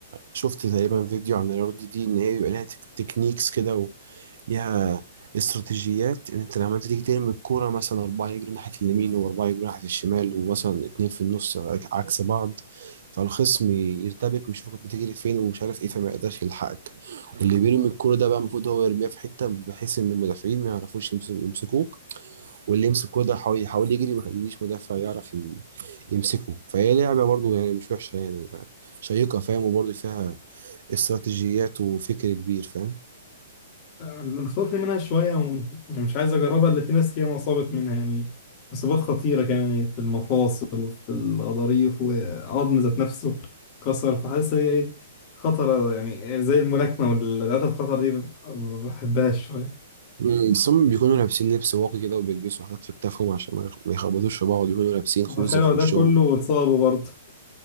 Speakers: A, on the right; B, on the left.
A: شفت تقريبا فيديو عن الرياضة دي ان هي بيبقى لها تك- تكنيكس كده وليها استراتيجيات ان انت لما انت تيجي ترمي الكورة مثلا أربعة يجروا ناحية اليمين وأربعة يجروا ناحية الشمال ومثلا اتنين في النص عكس بعض فالخصم يرتبك ويشوفك بتجري فين ومش عارف ايه فما يقدرش يلحقك واللي بيرمي الكورة ده بقى المفروض هو يرميها في حتة بحيث ان المدافعين ما يعرفوش يمس- يمسكوه واللي يمسك كورة حاول يحاول يجري ما يخليش مدافع يعرف ي- يمسكه فهي لعبة برضه يعني مش وحشة يعني شيقة فاهم وبرضه فيها استراتيجيات وفكر كبير فاهم
B: من خوفي منها شوية وم- أنا مش عايز أجربها اللي في ناس ياما أصابت منها يعني إصابات خطيرة كمان يعني في المفاصل وفي الغضاريف وعظم ذات نفسه كسر فحاسس هي إيه خطرة يعني زي الملاكمة والرياضات الخطر دي ما بحبهاش شوية
A: مم، ثم بيكونوا لابسين لبس واقي كده وبيلبسوا حاجات في كتافهم عشان ما يخ- ما يخبطوش في بعض بيكونوا لابسين خوذة
B: تخيل
A: في وشهم
B: ده كله وإصابه برضه